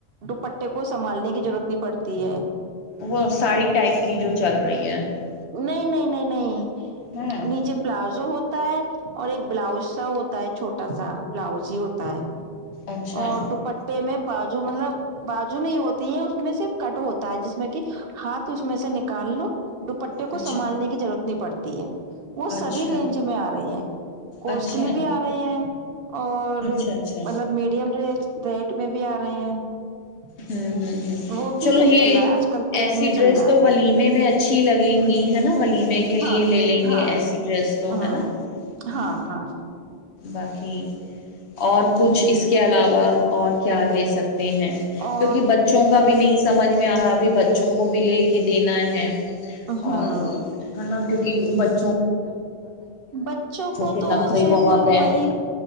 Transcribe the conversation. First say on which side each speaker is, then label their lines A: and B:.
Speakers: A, on the right (about 65°); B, on the left (about 85°).
A: دوپٹے کو سنبالنے کی ضرورت نہیں پڑتی ہے
B: وہ ساڑی ٹائپ کی جو چل رہی ہے <unintelligible>
A: نہیں نہیں نہیں نہیں
B: ہاں
A: <unintelligible> نیچے پلازو ہو <unintelligible> ہوتا ہے اور ایک بلاؤز سا ہوتا ہے چھوٹا سا بلاؤز ہی ہوتا ہے <unintelligible>
B: اچھا
A: اور
B: ہ
A: دوپٹے میں <unintelligible> بجو مطلب بجو نہیں ہوتی ہے اس <unintelligible> میں صرف کٹ ہوتا ہے جس میں <unintelligible> کہ ہاتھ اس میں سے نکال لو <unintelligible> دوپٹوں
B: اچھا
A: کونبالنے کی ضرورت <unintelligible> نہیں پڑتی ہے <unintelligible> وہ
B: اچھا
A: سبھی رینج میں آ رہے ہیں کوسٹلی
B: اچھا
A: بھی آ رہے ہیں اور
B: اچھا اچھا
A: مطلب میڈ ریٹ میں بھی آ رہے ہیں <unintelligible>
B: ہوں ہوں <unintelligible>
A: وہ
B: چلو
A: بھی صحیح
B: یہ
A: چل رہا ہے آج کل ٹرینڈ
B: ایسی
A: میں
B: ڈریس
A: چل رہا
B: تو
A: ہے
B: ولیمے میں اچھی لگیں گی ہے نا ولیمے کے لیے
A: ہاں
B: لے لیں
A: ہاں
B: گے ایسی ڈریس تو
A: ہاں
B: ہے نا
A: ہاں
B: نا
A: ہاں
B: باقی اور کچھ اس کے علاوہ اور کیا لے سکتے ہیں
A: اور
B: کیونکہ بچوں کا بھی نہیں سمجھ میں آ رہا بچوں کو بھی لے کے دینا ہے
A: ہوں
B: اور ہ نا کیک بچ
A: بچوں کو
B: کے
A: تو
B: نخرے
A: صرف
B: بہت ہیں
A: وہی